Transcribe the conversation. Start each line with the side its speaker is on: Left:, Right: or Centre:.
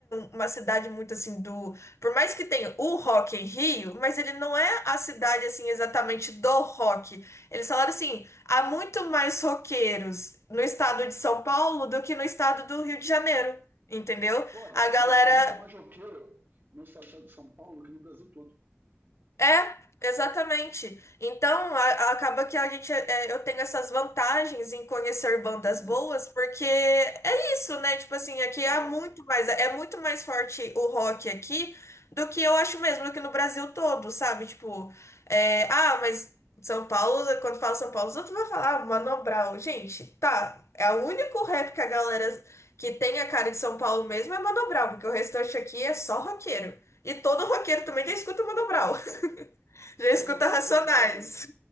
Left: uma cidade muito assim do, por mais que tenha o Rock em Rio, mas ele não é a cidade
Right: É...
Left: assim exatamente do rock. Eles falaram assim, há muito mais roqueiros no estado de São Paulo do que no estado do Rio de Janeiro, entendeu?
Right: Pô, dá-
Left: A galera
Right: não, tem muito mais roqueiro no estado de São Paulo que no Brasil todo.
Left: É, exatamente. Então, a- a- acaba que a gente, é, é, eu tenho essas vantagens em conhecer bandas
Right: Sim,
Left: boas, porque é isso, né? Tipo assim, aqui
Right: é,
Left: há muito mais, é muito mais forte o rock aqui do que eu acho mesmo, do que no Brasil todo, sabe? Tipo, é, ah, mas São Paulo, quando fala São Paulo, os outros vão falar, ah, Mano Brown. Gente, tá, é o único rap que a galera que tem a cara de São Paulo mesmo é Mano Brown, porque o restante aqui é só roqueiro. E todo roqueiro também
Right: sim.
Left: já escuta o Mano Brown.
Right: Sim,
Left: Já escuta
Right: é,
Left: Racionais.
Right: tem isso também.